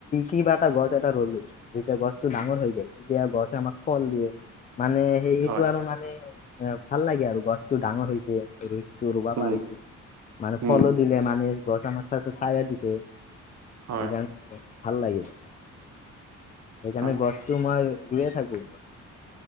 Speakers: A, on the left; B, on the right.
A: কিবা এটা গছ এটা ৰ'লো যেতিয়া গছ টো ডাঙৰ হৈ গেল তেতিয়া গছে আমাক ফল দিয়ে মানে সেই এইটো
B: হয়
A: আৰু মানে এ ভাল লাগে আৰু গছতটো ডাঙৰ হৈছে ৰুইছো ৰুবা পাৰিছোঁ।
B: উম
A: মানে ফলো
B: উম
A: দিলে মানে গছ আমাক চায়া দিছে,
B: হয়
A: সেইকাৰণে। ভাল লাগে সেইকাৰণে,
B: হয়
A: গছটো মই ৰুয়ে থাকো।